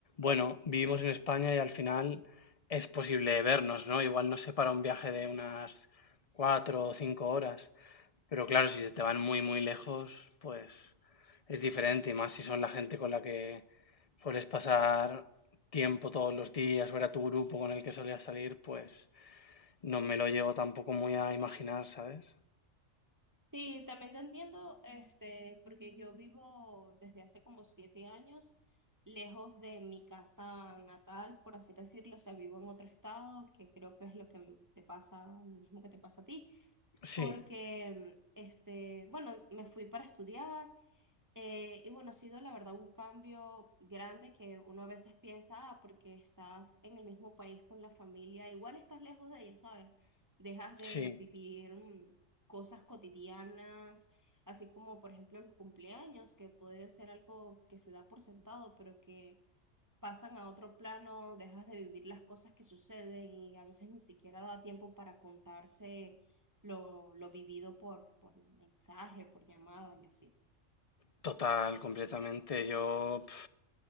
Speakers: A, on the left (about 40°); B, on the right (about 15°).
A: bueno, vivimos en España y al final es posible vernos, ¿no? Igual nos separa un viaje de unas cuatro o cinco horas. Pero claro, si se te van muy, muy lejos, pues es diferente, y más si son la gente con la que sueles pasar tiempo todos los días o era tu grupo con el que solías salir, pues no me lo llego tampoco muy a imaginar, ¿sabes?
B: Sí, también te entiendo, este, porque yo vivo desde hace como siete años lejos de mi casa natal, por así decirlo, o sea, vivo en otro estado, que creo que es lo que te pasa, lo mismo que te pasa a ti porque,
A: Sí,
B: este, bueno, me fui para estudiar eh, y bueno, ha sido la verdad un cambio grande que uno a veces piensa, ah, porque estás en el mismo país con la familia, igual estás lejos de ella, ¿sabes? Dejas de
A: sí,
B: vivir mm, cosas cotidianas, así como por ejemplo los cumpleaños, que pueden ser algo que se da por sentado, pero que pasan a otro plano, dejas de vivir las cosas que suceden y a veces ni siquiera da tiempo para contarse lo, lo vivido por, por mensaje, por llamada y así.
A: total, completamente. Yo pf,